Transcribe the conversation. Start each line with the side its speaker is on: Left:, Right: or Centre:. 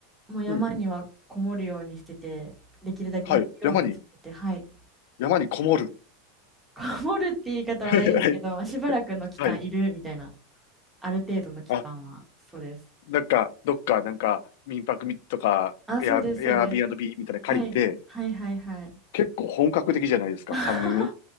Centre: もう山にはこもるようにしてて、
Left: うん。
Centre: できるだけ行くようにしてて、
Left: はい。山に、
Centre: はい。
Left: 山にこもる。
Centre: <laughs> こもるって言い方はあれですけど、
Left: <laughs> はい、
Centre: しばらくの期間いるみたいな、
Left: はい。
Centre: ある程度の期間は、
Left: あ、
Centre: そうです。
Left: なんか、どっか、なんか、民泊みとか、
Centre: あ、
Left: エア、
Centre: そうです、
Left: エアビーアンドビーみたいなの借りて、
Centre: そうです。はい。はいはいはい。
Left: 結構本格的じゃないですか、
Centre: <laughs>
Left: 3年